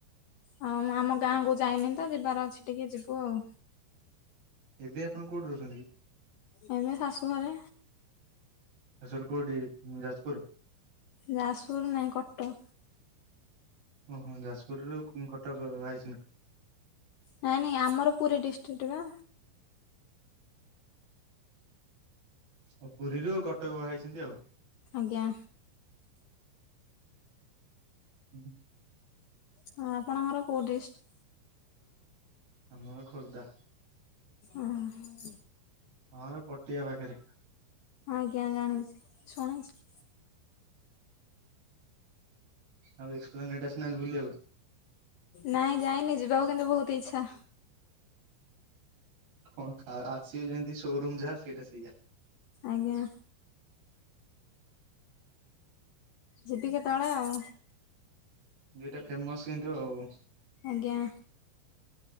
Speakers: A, on the left (about 70°); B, on the right (about 55°).
A: ହଁ ମୁଁ ଆମ ଗାଁକୁୁ ଯାଇନି ତ ଯିବାର ଅଛି ଟିକେ ଯିବୁ ଆଉ।
B: ଏବେ ଆପଣ କୋଉଠି ରହୁଚନ୍ତି?
A: ଏମେ ଶାଶୁ ଘରେ।
B: ଶାଶୁଘର କୋଉଠି ଯାଜପୁର?
A: ଯାଜପୁର ନାଇଁ କଟକ।
B: ଓହୋ ଯାଜପୁରରୁୁ କ କଟକ ବାହାହେଇଚନ୍ତି।
A: ନାଇଁ ନାଇଁ ଆମର ପୁରୀ ଡିଷ୍ଟ୍ରିକ୍ଟ ବା।
B: ଓହୋ ପୁରୀରୁ କଟକ ବାହାହେଇଚନ୍ତି ଆଉ।
A: ଆଜ୍ଞା।
B: ଉଁ ହୁଁ।
A: ହଁ ଆପଣଙ୍କର କୋଉ ଡ଼ିଷ୍ଟ?
B: ଆମ ଘର ଖୋର୍ଦ୍ଧା।
A: ଓ ହୋ।
B: ହଁ ଆମେ ପଟିିଆ ପାଖରେ।
A: ଆଜ୍ଞା ଜାଣିଛି ଶୁଣା ଅଛି।
B: ଆଉ ଏକ୍ସପ୍ଲାନେଟ ଆସିନାହାନ୍ତି ବୁଲିବାକୁ?
A: ନାଇଁ ଯାଇନି ଯିବାକୁ କିନ୍ତୁ ବହୁତ ଇଛା।
B: କଣ ଖା ଆସିବି ଯେମିତି ସୋରୁମ ଯାହା ସେଇଟା ସେଇଆ।
A: ଆଜ୍ଞା। ଯିବି କେତେବେଳେ ଆଉ।
B: ଦି ଟା ଫେମସ କିନ୍ତୁ ଆଉ।
A: ଆଜ୍ଞା।